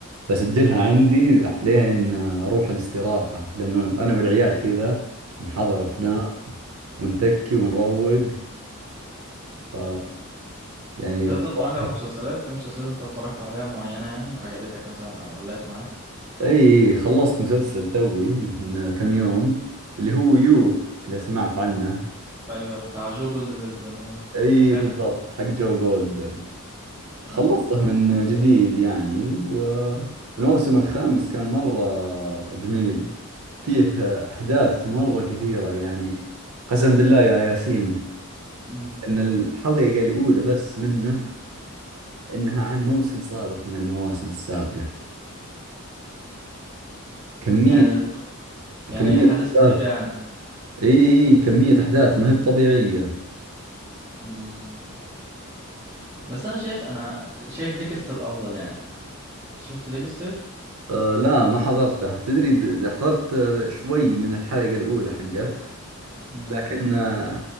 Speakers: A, on the right; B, on the right.
A: بسجلها عندي لين اروح الاستراحة لانه انا والعيال كذا نحضر افلام ونتكي ونروق ف يعني
B: انت انت
A: نصحك
B: اتفرجت على مسلسلات في مسلسلات انت اتفرجت عليها معينه يعني عجبتك مثلا او علقت معاك
A: اي خلصت مسلسل توي من كم يوم اللي هو يو اذا سمعت عنه
B: ايوه بتاع جو جولدبرج ده ايوه
A: اي
B: حلو
A: بالضبط حق جو جولدبرغ خلصته
B: اه
A: من جديد يعني والموسم الخامس كان مرة جميل فيه أحداث مرة كثيرة يعني قسم بالله يا ياسين
B: مم.
A: أن الحلقة الأولى بس منه أنها عن موسم سابق من المواسم السابقة كمية
B: يعني يعني
A: كمية
B: حدث
A: أحداث
B: كتير يعني
A: إي إي كمية أحداث ما هي بطبيعية
B: مم. بس انا شايف انا شايف ديكستر افضل يعني انت شفت ديكستر
A: أه لا ما حضرتها تدري د- د- حضرت شوي من الحلقة الأولى حقت
B: امم
A: لكن آه،